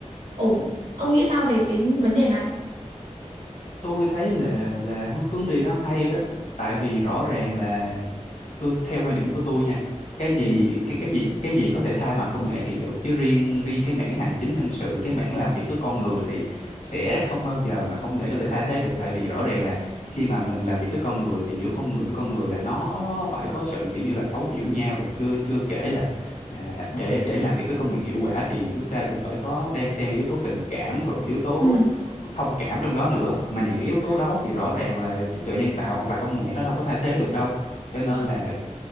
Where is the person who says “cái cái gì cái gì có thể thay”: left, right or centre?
Left